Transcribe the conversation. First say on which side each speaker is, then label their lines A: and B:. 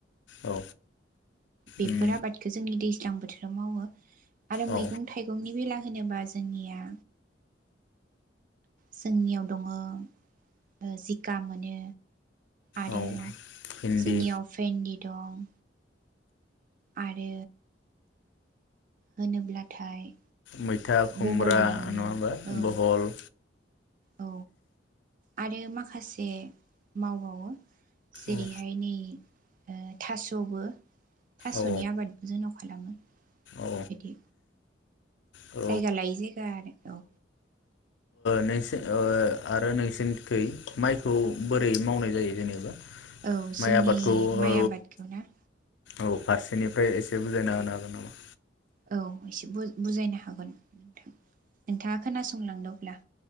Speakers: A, on the left (about 70°); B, on the right (about 45°).
A: औ
B: बेफोर
A: उम
B: आबादखौ जोंनि दैज्लां बोथोर आव मावो। आरो मैगं
A: औ
B: थाइगंनि बेला होनोबा जोंनिया जोंनियाव दङ ओ जिखा मोनो आरो
A: औ भिन्दि
B: जोंनियाव भेन्दि दं। आरो होनोब्लाथाय
A: मैथा खुमब्रा
B: बहलबो मोनो
A: नङा होमबा
B: औ
A: बहल
B: औ आरो माखासे मावबावो। जेरैहाय
A: औ
B: नै ओ थासबो थासनि
A: औ
B: आबादबो जोंनाव खालामो
A: औ
B: इदि
A: औ
B: जायगा लायै जायगा आरो औ
A: नों आरो नोंसिनिखै माइखौ बोरै मावनाय जायो जेनेबा
B: औ
A: माइ
B: जोंनि
A: आबादखौ
B: माइ
A: औ
B: आबादखौ ना?
A: औ फारसेनिफ्राय एसे बुजायना होनो हागोन नामा?
B: औ एसे बुजायनो हागोन नोंथां नोंथाङा खोनासंलांदों अब्ला